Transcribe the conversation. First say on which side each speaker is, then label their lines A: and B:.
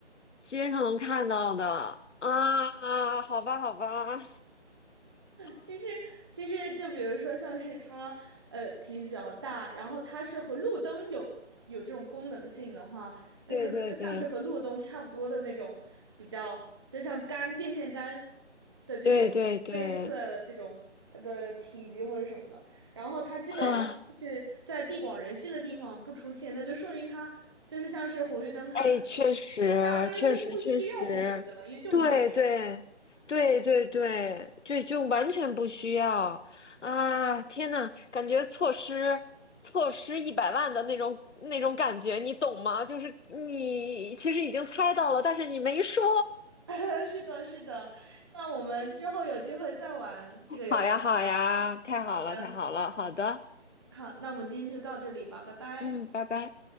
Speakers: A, on the left; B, on the right.
A: 街上能看到的啊，好吧，好吧，<laughs>
B: 其实，其实就比如说，像是它，呃，体积比较大，然后它是和路灯有有这种功能性的话，那可能就像是和路灯差不多的那种，
A: 对对对
B: 比较就像杆电线杆的这种类似的这种它的体积或者什么的。
A: 对对对，
B: 然后它基本上是在地广人稀的地方不出现，
A: 啊，
B: 那就说明它就是像是红绿灯，它可能
A: 哎，确实，
B: 压根儿就不需要红绿灯，
A: 确实，确实，
B: 因为就没人。
A: 对，对，对，对，对，就就完全不需要啊！天呐，感觉错失错失一百万的那种那种感觉，你懂吗？就是你其实已经猜到了，但是你没说。
B: <laughs> 是的，是的。那我们之后有机会再玩这个游戏啊。
A: <laughs> 好呀，好呀，太好了，
B: 好的，
A: 太好了，好的，
B: 好，那我们今天就到这里吧，拜拜。
A: 嗯，拜拜。